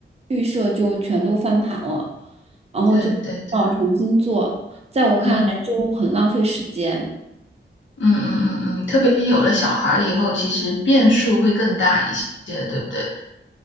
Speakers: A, on the right; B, on the left.
A: 预设就全都翻盘了，然后就要重新做。
B: 对对对，
A: 在我看来，
B: 嗯
A: 就很浪费时间。
B: 嗯嗯嗯嗯，特别是有了小孩儿以后，其实变数会更大一些，对不对？